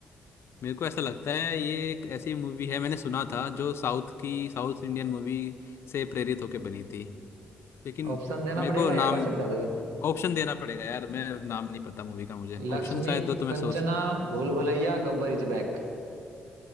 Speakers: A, on the left; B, on the right.
A: मेरे को ऐसा लगता है ये एक ऐसी मूवी है मैंने सुना था जो साउथ की साउथ इंडियन मूवी से प्रेरित होकर बनी थी लेकिन
B: ऑप्शन देना
A: मेरे
B: पड़ेगा
A: को नाम
B: या वैसे बता दोगे
A: ऑप्शन देना पड़ेगा यार मैं नाम नहीं पता मूवी का मुझे ऑप्शन
B: Laxmi
A: शायद दो तो मैं
B: Kanchana
A: सोच
B: Bhool Bhulaiyaa Gabbar is back